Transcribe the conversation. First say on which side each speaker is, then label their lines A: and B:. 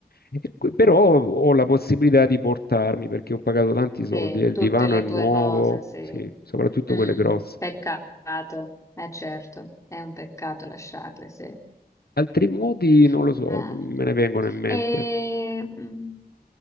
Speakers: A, on the left; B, on the left.
A: E que- Però ho la possibilità di portarmi perché ho pagato tanti soldi
B: sì,
A: e il
B: tutte
A: divano
B: le
A: è nuovo,
B: tue cose, sì.
A: sì, soprattutto
B: Mm,
A: quelle grosse.
B: peccato, è certo, è un peccato lasciarle, sì.
A: Altri modi non lo
B: Bene.
A: so, non me ne vengono in mente.
B: E, mh,